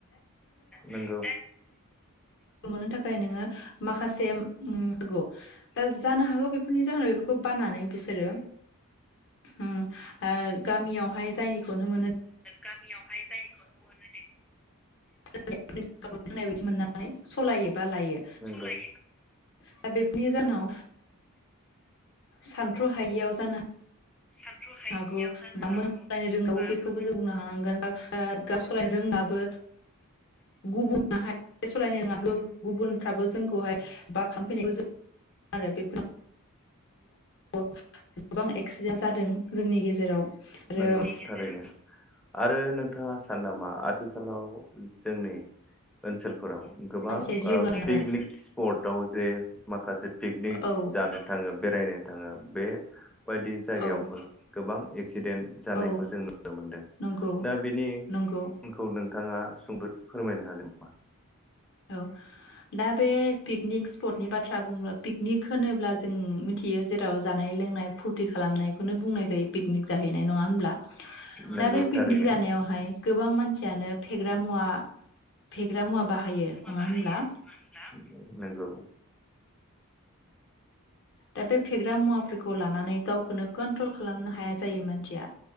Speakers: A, in the centre; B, on the left.
A: नंगौ नंगौ
B: मोननो थाखाय नोङो माखासे <inaudible> जानो हागौ बेफोरनि जाहोनाव बेफोरखौ बांनानै बिसोरो उम ओ गामियावहाय जायनिखौनो मोनो
A: गामियावहाय जायनिखौनो मोनोदे।
B: <unintelligible> बायदि मोननानै सालायो बा लायो
A: नंगौ
B: दा बेफोरनि जाहोनाव सानथ्र हायियाव जानो।
A: सारथ हायियाव
B: हागौ
A: जानो
B: बा
A: हागौ
B: मोजां सालायनो रोङाबो
A: बा
B: बेखौबो
A: मो
B: बुंनो हानांगोन ब सालायनो रोङाबो गुबुनहाय सालायनो रोङाबो गुबुनफ्राबो जोंखौहाय बाखामफैनायखौ जों आरो बे गोबां एक्सिडेन्ट जादों। जोंनि गेजेराव आरो।
A: नंगौ थारैनो आरो नोंथांङा सान नामा आथिखालाव जोंनि ओनसोल फोराव गोबां
B: मानसिया जिउ गानो गोनां
A: पिकनिक स्पटआव। जे माखासे पिकनिक
B: औ
A: जानो थाङो बेरायनो। थाङो बे। बायदि जायगायावबो,
B: औ
A: गोबां एक्सिडेन्ट जानायखौ
B: औ
A: जों नुनो
B: नंगौ
A: दा बेनिखौ
B: नंगौ
A: नोंथां। ओ सुंद फोरमायनो हागोन नामा?
B: औ। दा बे पिकनिक स्पटनि बाथ्रा बुंङोब्ला पिकनिक होनोब्ला जों मिथियो जेराव जानाय लोंनाय। फुरथि खालामनायखौनो बुंनाय जायो पिकनिक जाहैनाय नङा होनब्ला?
A: नंगौ
B: दा बे
A: थारैनो
B: पिकनिक जानायावहाय गोबां मानसियानो फेग्रा मुवा फेग्रा मुवा बाहायो।
A: बाहायो
B: होनब्ला
A: मा होनब्ला? नंगौ।
B: दा बे फेग्रा मुवाफोरखौ लानानै गावखौनो कन्ट्रल खालामनो हाया जायो मानसिया